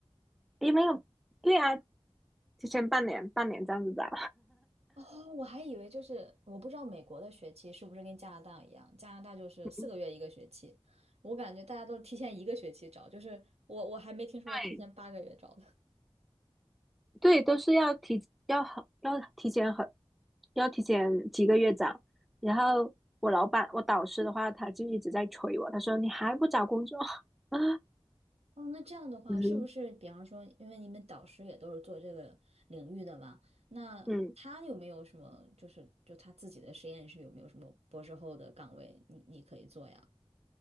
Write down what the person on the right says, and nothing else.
哦，我还以为就是我不知道美国的学期是不是跟加拿大一样，加拿大就是四个月一个学期，
我感觉大家都是提前一个学期找，就是我我还没听说过提前八个月找的。
哦，那这样的话，
是不是比方说，因为你们导师也都是做这个领域的嘛，那他有没有什么，
就是就他自己的实验室有没有什么博士后的岗位你，你可以做呀？